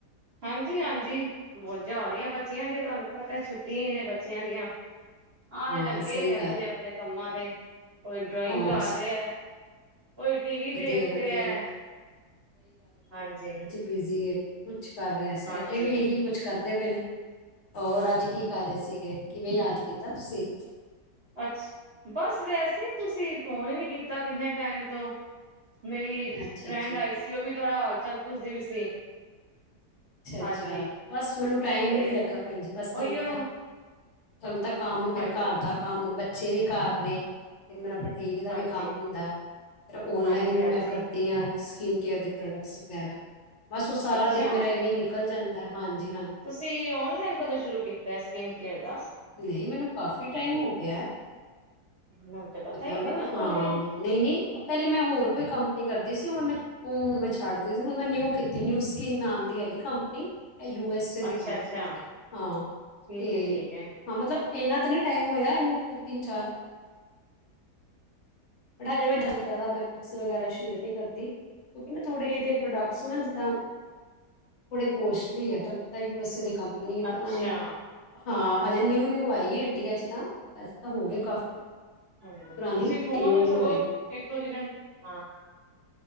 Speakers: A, on the right (about 60°); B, on the left (about 55°).
A: ਹਾਂਜੀ ਹਾਂਜੀ ਮੌਜਾਂ ਹੋ ਰਹੀਆਂ ਬੱਚਿਆਂ ਦੀਆਂ ਤੁਹਾਨੂੰ ਪਤੈ ਛੁੱਟੀਆਂ ਹੀ ਨੇ ਬੱਚਿਆਂ ਦੀਆਂ। ਆਰੇ
B: ਹਾਂ,
A: ਲੱਗੇ
B: ਸਹੀ
A: ਨੇ
B: ਗੱਲ
A: ਅਪਣੇ ਅਪਣੇ ਕੰਮਾਂ ਦੇ, ਕੋਈ ਡਰਾਇੰਗ
B: ਹਾਂ,
A: ਕਰ
B: ਸ-
A: ਰਿਹਾ ਕੋਈ ਟੀ ਵੀ ਦੇਖ
B: ਵਧੀਆ ਵਧੀਆ।
A: ਰਿਹੈ ਹਾਂਜੀ।
B: ਬਿਜੀ ਏ, ਕੋਈ ਕੁਛ ਕਰ ਰਿਹੈ, ਸਾਡੇ
A: ਹਾਂਜੀ
B: ਵੀ ਇਹੀ ਕੁਛ ਕਰਦੇ ਪਏ ਨੇ। ਹੋਰ ਅੱਜ ਕੀ ਕਰ ਰਹੇ ਸੀਗੇ। ਕਿਵੇਂ ਯਾਦ ਕੀਤਾ ਤੁਸੀ?
A: ਅੱਛ ਬਸ ਵੈਸੇ ਈ ਤੁਸੀਂ ਫੋਨ ਹੀ ਨੀ ਕੀਤਾ ਕਿੰਨੇ ਟੈਮ ਤੋ। ਮੇਰੀ
B: ਅੱਛਾ
A: ਫਰੈਂਡ
B: ਅੱਛਾ,
A: ਆਈ ਸੀ ਉਹ ਵੀ ਤੁਹਾਡਾ ਹਾਲ ਚਾਲ ਪੁੱਛਦੀ ਪੀ ਸੀ।
B: ਅੱਛਾ ਅੱਛਾ,
A: ਹਾਂਜੀ
B: ਬਸ ਮੈਨੂੰ ਟਾਇਮ
A: ਤੇ
B: ਹੀ ਨੀ ਲੱਗਾ ਭੈਣ ਜੀ, ਬਸ ਤੁਹਾਨੂੰ
A: ਉਹੀਓ
B: ਪਤੈ ਤੁਹਾਨੂੰ ਪਤੈ ਕੰਮ ਫੇਰ
A: ਹਾਂਜੀ
B: ਘਰ ਦਾ ਕੰਮ, ਬੱਚੇ ਵੀ ਘਰ ਨੇ ਫੇਰ ਮੇਰਾ ਬੁਟੀਕ ਦਾ
A: ਹਾਂਜੀ
B: ਵੀ ਕੰਮ ਹੁੰਦੈ, ਫੇਰ ਔਨਲਾਈਨ
A: ਹਾਂਜੀ
B: ਵੀ
A: ਹਾਂਜੀ
B: ਮੈਂ ਕਰਦੀ ਆ। ਸਕਿਨ ਕੇਅਰ ਦੇ ਪ੍ਰੋਡਕਟਸ ਵਗੈਰਾ, ਬਸ ਉਹ ਸਾਰਾ
A: ਅੱਛਾ
B: ਦਿਨ ਮੇਰਾ ਇਵੇਂ ਨਿਕਲ ਜਾਂਦੈ ਹਾਂਜੀ ਹਾਂ
A: ਤੁਸੀਂ ਔਨਲਾਈਨ ਕਦੋਂ ਸ਼ੁਰੂ ਕੀਤੈ, ਸਕਿਨ ਕੇਅਰ ਦਾ।
B: ਨਹੀ ਮੈਨੂੰ ਕਾਫ਼ੀ ਟਾਈਮ ਹੋ ਗਿਐ,
A: ਮੈਨੂੰ ਤੇ ਪਤਾ
B: ਮਤਲਬ
A: ਹੀ ਨੀ ਬਿਲਕੁਲ
B: ਹਾਂ
A: ਵੀ
B: ਨਹੀ ਨਹੀ ਪਹਿਲੇ ਮੈਂ ਹੋਰ ਕੋਈ ਕੰਪਨੀ ਕਰਦੀ ਸੀ ਹੁਣ ਉਹ ਹੁਣ ਮੈਂ ਛੱਡਤੀ ਸੀ, ਹੁਣ ਮੈਂ ਨਿਊ ਕੀਤੀ ਨਿਊ ਸਕਿਨ ਨਾਮ ਦੀ ਹੈਗੀ company, A U S A ਦੀ
A: ਅੱਛਾ
B: ਕੰਪਨੀ
A: ਅੱਛਾ
B: ਹੈਗੀ। ਹਾਂ,
A: ਠੀਕ
B: ਤੇ
A: ਹੈ ਠੀਕ ਹੈ
B: ਹਾਂ ਮਤਲਬ ਏਨਾ ਤਾਂ ਨੀ ਟਾਈਮ ਹੋਇਆ ਇਹਨੂੰ ਮਤਲਬ ਤਿੰਨ ਚਾਰ ਬਟ ਹਜੇ ਮੈਂ ਜਿਆਦਾ ਪਿਕੱਸ ਵਗੈਰਾ ਸ਼ੇਅਰ ਨੀ ਕਰਦੀ। ਕਿਉਂਕਿ ਨਾ ਥੋੜੇ ਇਹਦੇ ਪ੍ਰੋਡਕਟਸ ਨਾ ਜਿੱਦਾ ਬੜੇ ਕੋਸਟਲੀ ਹੈ ਤੁਹਾਨੂੰ ਪਤਾ ਯੂ ਐਸ ਏ ਦੀ ਕੰਪਨੀ ਏ,
A: ਅੱਛਾ
B: ਫਿਰ ਉਹਨਾਂ ਨੇ ਹਾਂ ਹਜੇ ਨਿਊ ਨਿਊ ਆਈ ਏ ਇੰਡੀਆ ਚ ਤਾਂ, ਵੈਸੇ ਤਾਂ ਹੋ ਗਏ ਕਾਫੀ
A: ਹਾਂਜੀ
B: ਪੁਰਾਣੀ
A: ਤੁਸੀਂ ਫੋਨ
B: ਨਿਊ ਨਿਊ
A: ਸਗੋਂ
B: ਆਈ ਹੈ
A: ਇੱਕ ਦੋ ਦਿਨਾਂ ਨੂੰ ਹਾਂ